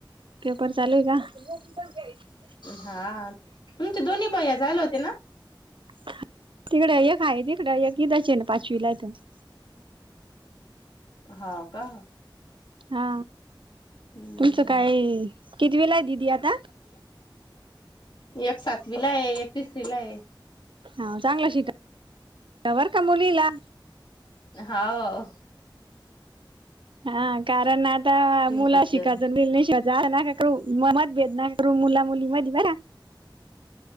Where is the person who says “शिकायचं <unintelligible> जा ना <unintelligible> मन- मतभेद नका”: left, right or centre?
Right